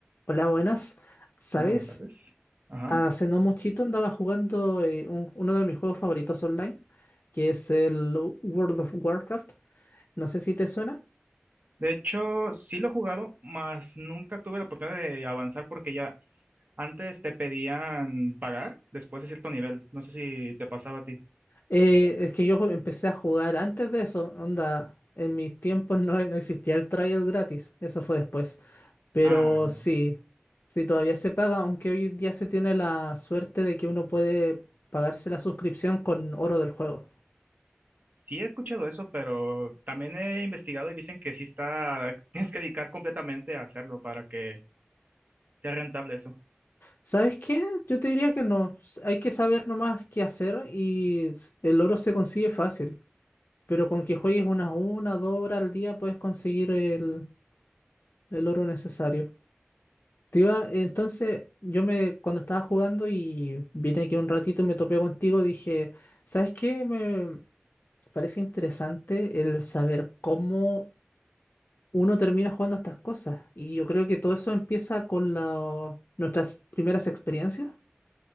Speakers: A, on the left (about 55°); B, on the right (about 40°).
A: Hola, buenas. ¿Sabes?
B: Modern Warfare. tres. Ajá.
A: Hace no muchito andaba jugando eh, un- uno de mis juegos favoritos online, que es el World of Warcraft. No sé si te suena.
B: De hecho, sí lo he jugado, mas nunca tuve la oportunidad de avanzar porque ya antes te pedían pagar después de cierto nivel. No sé si te pasaba a ti.
A: Eh, es que yo ju- empecé a jugar antes de eso. Onda, en mis tiempos no, no existía el trial gratis. Eso fue después. Pero
B: Ah, no.
A: sí, sí todavía se paga, aunque hoy día se tiene la suerte de que uno puede pagarse la suscripción con oro del juego.
B: Sí he escuchado eso, pero también he investigado y dicen que sí está, <laughs> tienes que dedicar completamente a hacerlo para que sea rentable eso.
A: ¿Sabes qué? Yo te diría que no. S- Hay que saber nomás qué hacer y s- el oro se consigue fácil. Pero con que juegues unas una, dos horas al día puedes conseguir el, el oro necesario. Te iba- entonces, yo me, cuando estaba jugando y vine aquí un ratito y me topé contigo, dije, ¿sabes qué? Me parece interesante el saber cómo uno termina jugando estas cosas. Y yo creo que todo eso empieza con la- nuestras primeras experiencias.